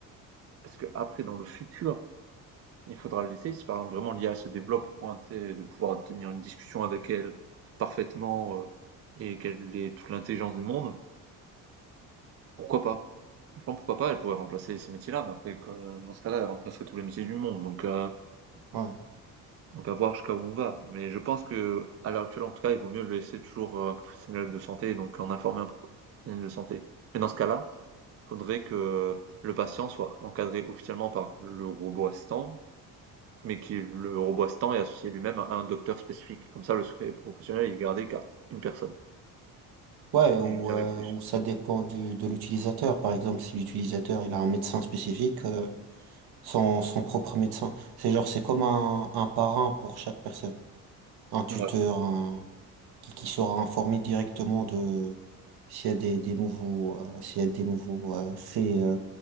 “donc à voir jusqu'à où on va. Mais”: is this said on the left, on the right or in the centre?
Right